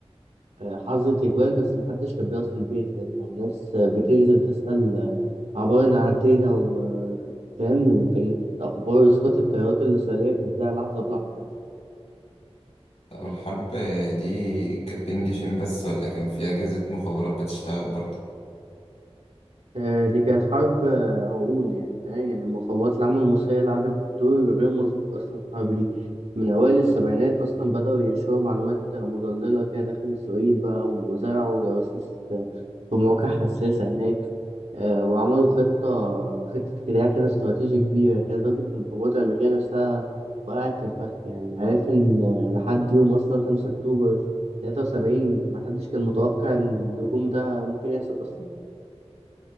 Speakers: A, on the right; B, on the left.
A: آه، حظر تجوال بس محدش كان بيقف في البيت فاهم يعني الناس آه، بتنزل تسأل آه، عبارنا عدينا وفاهم وكانت أخبار إسقاط الطيارات الإسرائيلية بتتذاع لحظة بلحظة يعني
B: طب الحرب دي كانت بين جيشين بس ولا كان في أجهزة مخابرات بتشتغل برضه؟
A: آه، دي كانت حرب آه، عقول يعني فاهم يعني المخابرات العامة المصرية لعبت دور غير مسبوق أصلا في الحرب دي من أوائل السبعينات أصلا بدأوا ينشروا معلومات آه، مضللة كده داخل إسرائيل بقى وزرعوا جواسيس في مواقع حساسة هناك آه، وعملوا خطة خطة كده كده استراتيجي كبيرة كان لدرجة إن القوات الأمريكية نفسها وقعت في الفخ يعني عارف إن آه، لحد يوم أصلا خمسة أكتوبر تلاتة وسبعين محدش كان متوقع إن الهجوم ده ممكن يحصل أصلا